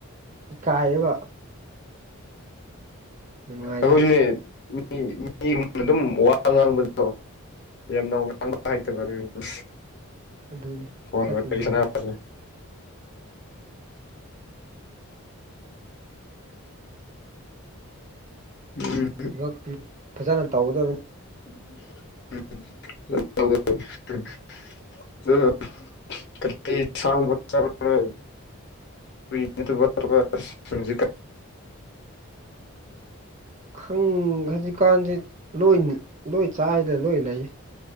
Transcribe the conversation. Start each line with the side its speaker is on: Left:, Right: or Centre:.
Right: ꯏꯀꯥꯏꯌꯦꯕ ꯅꯨꯡꯉꯥꯏꯇꯦ
Left: ꯑꯩꯈꯣꯢꯁꯦ ꯃꯤ ꯃꯤ ꯑꯗꯨꯝ ꯋꯥ ꯉꯥꯡꯕꯗꯣ ꯌꯥꯝꯅ ꯉꯥꯡꯕ ꯍꯥꯏꯇꯕ ꯑꯗꯨꯒꯤꯅꯦ
Right: ꯑꯗꯨꯅꯤ
Left: ꯐꯣꯟꯣꯟꯁꯅꯦ
Right: ꯆꯠꯄꯅꯔꯦ
Left: ꯎꯝ
Right: ꯊꯕꯛꯇꯤ ꯐꯖꯅ ꯇꯧꯒꯗꯕꯅꯤ
Left: <unintelligible> ꯆꯂꯣ ꯀ ꯁ ꯆꯦ <inaudible> ꯁꯤꯡꯁꯤ
Right: ꯈꯪ ꯍꯧꯖꯤꯛꯀꯥꯟꯁꯤ ꯂꯣꯏ ꯂꯣꯏ ꯆꯥꯏꯗꯅ ꯂꯣꯏ ꯂꯩ